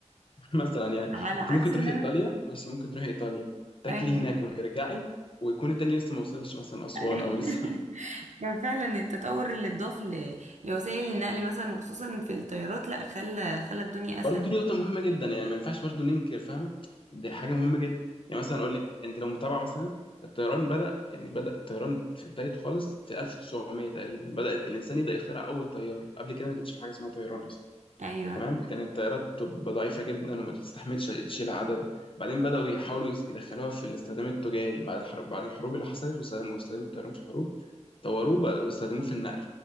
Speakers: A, on the left; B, on the right.
A: <laughs> مثلا يعني
B: على عكس
A: انت ممكن
B: إن
A: تروحي
B: أنا
A: ايطاليا ماشي ممكن تروحي ايطاليا تاكلي
B: أيوه
A: هناك وترجعي ويكون التاني لسه ما وصلش مثلا اسوان
B: <laughs>
A: او لسه
B: يعني فعلا التطور اللي اتضاف ل- لوسائل النقل مثلا وخصوصا في الطيارات لا خلى خلى الدنيا
A: برضه
B: اسهل
A: دي نقطة مهمة جدا يعني ما ينفعش برضه ننكر فاهمة دي حاجة مهمة جدا يعني مثلا أقول لك أنت لو متابعة مثلا الطيران بدأ يعني بدأ الطيران في بدايته خالص في 1900 تقريبا بدأت الإنسان يبدأ يخترع أول طيارة قبل كده ما كانش في حاجة اسمها طيران أصلا
B: ايوه
A: تمام كانت الطيارات تبقى ضعيفة جدا وما تستحملش تشيل عدد بعدين بدأوا يحاولوا يس- يدخلوها في الاستخدام التجاري بعد الحرب بعد الحروب اللي حصلت واستخدموا واستخدموا الطيران في الحروب طوروه بقى واستخدموه في النقل